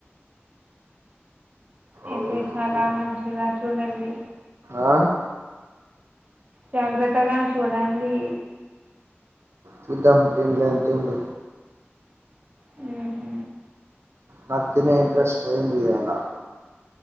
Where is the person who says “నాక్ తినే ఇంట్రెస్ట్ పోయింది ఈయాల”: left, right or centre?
Right